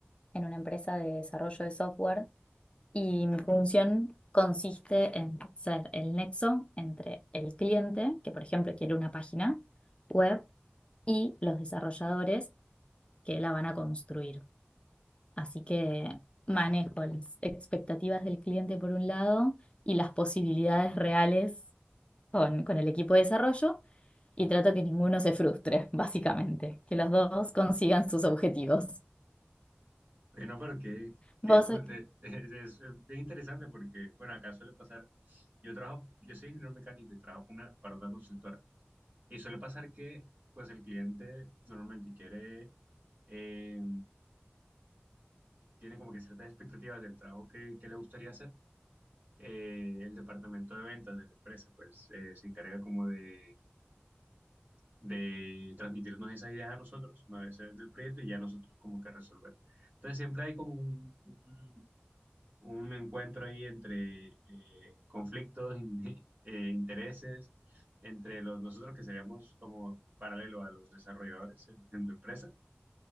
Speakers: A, on the left (about 30°); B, on the right (about 50°).
A: en una empresa de desarrollo de software y mi función consiste en ser el nexo entre el cliente, que por ejemplo quiere una página web, y los desarrolladores que la van a construir. Así que manejo las expectativas del cliente por un lado y las posibilidades reales con, con el equipo de desarrollo. y trato que ninguno se frustre, básicamente, que los dos consigan sus objetivos.
B: Bueno, pero qué, qué
A: Vos,
B: cool.
A: ac-
B: de- <laughs> Es, es bien interesante porque, bueno, acá suele pasar, yo trabajo, yo soy ingeniero mecánico y trabajo una, para una consultora. Y suele pasar que, pues, el cliente normalmente quiere, eh, tiene como que ciertas expectativas del trabajo que, que le gustaría hacer. eh, el departamento de ventas de la empresa, pues eh, se encarga como de, de transmitirnos esas ideas a nosotros, una vez se vende el proyecto y ya nosotros como que resolver. Entonces siempre hay como un, un- un encuentro ahí entre eh, conflictos, <laughs> in- eh, intereses, entre los, nosotros que seríamos como paralelo a los desarrolladores en en tu empresa